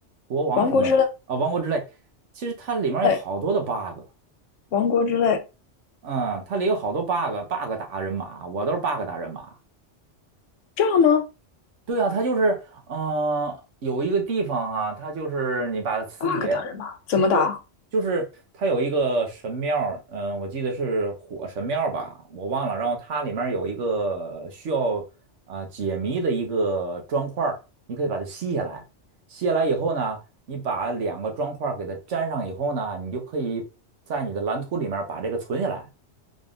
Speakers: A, on the right (about 75°); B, on the left (about 80°).
A: 国王什么的啊，
B: 王国之
A: 王国之泪，其实它里面有好多的
B: 泪，
A: bug，
B: 王国之泪，
A: 嗯，它里有好多 bug，bug 打人马，我都是 bug 打人马。
B: 这样呢
A: 对啊，它就是，嗯，有一个地方哈、它就是你把磁铁，
B: ？bug 打人吧，怎么打？
A: 对，就是它有一个神庙儿嗯、我记得是火神庙儿吧，我忘了。然后它里面儿有一个需要啊、解谜的一个砖块儿，你可以把它吸下来，吸下来以后呢，你把两个砖块儿给它粘上以后呢，你就可以在你的蓝图里面儿把这个存下来，